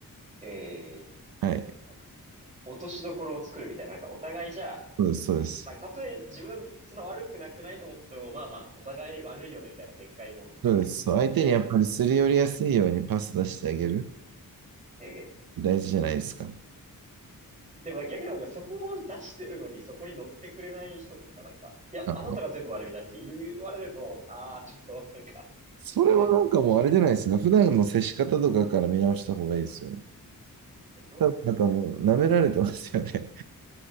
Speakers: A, on the right (about 20°); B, on the right (about 85°).
A: えー、
B: はい。
A: なんか、落としどころを作るみたいな、なんかお互いじゃあ、
B: そうです、そうです。
A: なんかたとえ自分、そんな悪くなくないと思っても、まあまあ、お互い悪いよね、みたいな展開に持っていって、
B: そうです。そう相手にやっぱりすり寄りやすいようにパス出してあげる。
A: え
B: 大事じゃないですか。
A: ー、でも逆になんかそこを出してるのにそこに乗ってくれない人とかなんか、いや、
B: あ、
A: あなたが全部悪いみたいなこと言われると、ああ、ちょっとなんか
B: それはなんかもうあれじゃないですか。
A: <laughs> きついなみたいな。い
B: 普段の接し方とかから見直した方がいいですよね。
A: や、そうですね。
B: 多分なんかもう舐められてますよね。